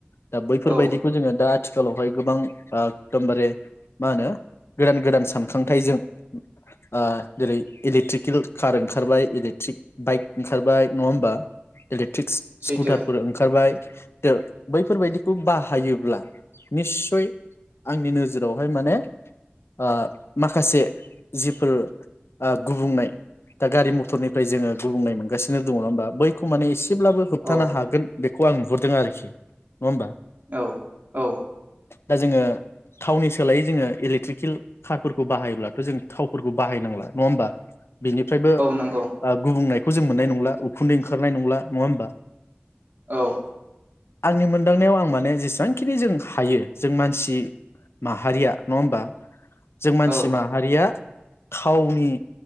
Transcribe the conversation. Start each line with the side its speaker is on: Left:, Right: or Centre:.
Left: दा बैफोरबायदिखौ
Right: औ
Left: जोङो दा आथिखालावहाय गोबां आकदमबारे मा ओनो गोदान गोदान सानखांथाइजों ओ जेरै इलेकट्रिक केल कार ओंखारबाय इलेकट्रिक बाइक ओंखारबाय नङा ओमबा इलेक थिक्स स्कुटारफोर
Right: सैथो
Left: ओंखारबाय। <unintelligible> बैफोरबायदिखौ बाहायोब्ला निस्सय आंनि नोजोरावहाय माने ओ माखासे जिफोर ओ गुबुंनाय दा गारि मथरनिफ्राय जोङो गुबुंनाय मोनगासिनो दङ नङा ओमबा बैखौ माने इसे ब्लाबो होबथानो
Right: औ
Left: हागोन बेखौ आं नुहुरदों आरोखि। होमबा
Right: औ औ
Left: दा जोङो थावनि सोलायै जोङो इलेक्ट्रिकेल कारफोरखौ बाहायोब्लाथ' जों थावफोरखौ बाहायनांला नङा ओमबा बिनिफ्रायबो
Right: औ नंगौ
Left: ओ गुबुंनाय खौ जों मोननाय नंला उखुन्दै ओंखारनाय नंला नङा ओमबा?
Right: औ
Left: आंनि मोनदांनायाव आं माने जेसांखिनि जों हायो जों मानसि माहारिया नङा ओमबा? जों मानसि
Right: औ
Left: माहारिया थावनि।